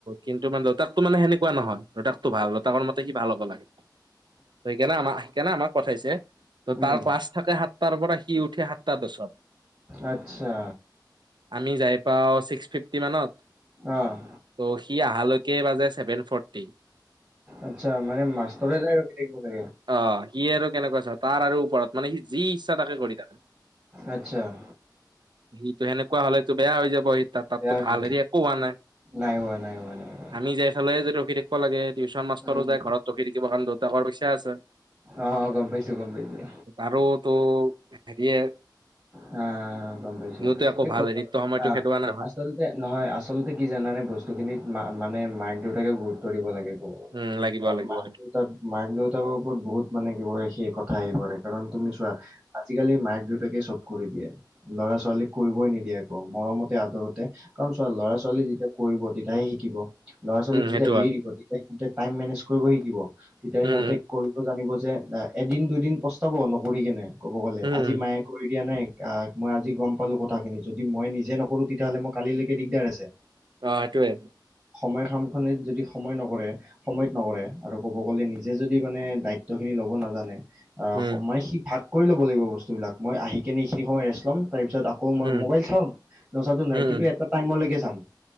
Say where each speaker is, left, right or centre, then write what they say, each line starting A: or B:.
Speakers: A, on the right; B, on the right.
A: কিন্তু মানে তাতো মানে সেনেকুৱা োৱা নহয় ৰতাকতো ভাল ৰতাকৰ মতে সি ভাল হ'ব লাগে সেইকাৰণে আমাক সেইকাৰণে আমাক কঠাইছে ত
B: উম,
A: তাৰ ক্লাছ থাকে সাতটাৰ পৰা সি উঠে সাতটা বছত
B: আতছা।
A: আমি যাই পাওঁ ছিক্স-ফিফটি মানত,
B: অ',
A: ত' সি আহালৈ কে বাজে ছেভেন ফৰ্টি ।
B: আতছা মানে মাষ্টৰে যায় ৰখি থাকিব লাগে ।
A: অ! সি আৰু কেনেকুৱা? তাৰ আৰু ওপৰত, মানে সি যি ইচ্ছা তাকে কৰি থাকে ।
B: আতছা ।
A: ইটো এনেকুৱা হ'লেটো বেয়া হৈ যাব ই! তাতো
B: বেয়া
A: ভাল
B: হৈ যায়।
A: হেৰি একো হোৱা নাই
B: নাই হোৱা, নাই হোৱা, নাই হোৱা।
A: আমি যাই ফালেে যে ৰখি থাক লাগে, টিউচন মাষ্টৰ
B: উম,
A: যায় ঘৰত ৰখি থাকিব লাগে, কাৰণ দেউতাকৰ বছি । হৈ আছে!
B: অ', গম পাইছোঁ, গম পাইছোঁ।
A: আৰুতো হেৰিয়ে!
B: হঁ অঁ অঁ, গম পাইছোঁ!
A: সিহঁতো একো
B: এই
A: ভাল
B: কব
A: হেৰিতো সময়তো
B: অঁ,
A: খেদোৱা নহয়
B: আচলতে নহয়, আচলতে কি জানা! বস্তু খিনিত মা মানে, মাক-দেউতাকে গুৰুত্ব দিব লাগে! ক'ব তাৰ
A: উম লাগিব লাগিব
B: মাক-দেউতাক, মাক-দেউতাকৰ ওপৰত বহুত মানে জীৱনৰ সেই কথা আহি পৰে! কাৰণ তুমি চোৱা, আজিকালি মাক-দেউতাক কে চব কৰি দিয়ে, ল'ৰা-ছোৱালীক কৰিবই নিদিয়ে একোকে, মৰমতে আদৰতে! কাৰণ চাওক! ল'ৰা-ছোৱালী যেতিয়া কৰিব তেতিয়াহে শিকিব! ল'ৰা-ছোৱালীক যেতিয়া
A: সেইটোৱে
B: এৰি দিব তেতিয়াহে সিহঁতে টাইম মেনেজ কৰিব শিকিব, তেতিয়া
A: উম
B: সিহঁতে কৰিব জানিব যে দা এদিন-দুদিন পস্তাব, নকৰি কেনে, ক'ব গ'লে!
A: উম উম উম উম উম
B: আজি মায়ে কৰি দিয়া নাই । আঁ! মই আজি গম পালোঁ কথাখিনি, যদি মই নিজে নকৰোঁ তেতিয়াহ'লে মোৰ কালিলৈকে দিগদাৰ আছে ।
A: অঁ! সেইটোৱেই।
B: সময়ৰ কামখিনি যদি সময়ত নকৰে, সময়ত নকৰে আৰু ক'ব গ'লে নিজে যদি মানে দায়িত্বখিনি ল'ব নাজানে আহ!
A: উম
B: মানে সি ভাগ কৰি ল'ব লাগিব বস্তুবিলাক, মই আহি কিনে এইখিনি সময় ৰেষ্ট ল'ম । তাৰপিছত আকৌ মই
A: উম উম উম উম অ সেইটোৱে উম উম উম
B: মোবাইল চাম, নোচোৱা নহয়
A: উম
B: কিন্তু এটা টাইমলৈকে চাম ।